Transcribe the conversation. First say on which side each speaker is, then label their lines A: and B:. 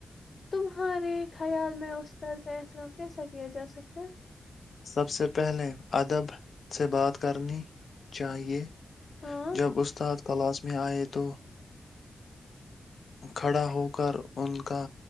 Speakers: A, on the left; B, on the left.
A: تمہارے خیال میں استاد کا احترام کیسا کیا جا سکتا ہے
B: سب سے پہلے ادب سے بات کرنی چاہیے
A: ہاں
B: جب استاد کلاش میں آئے تو کھڑا ہو کر ان کا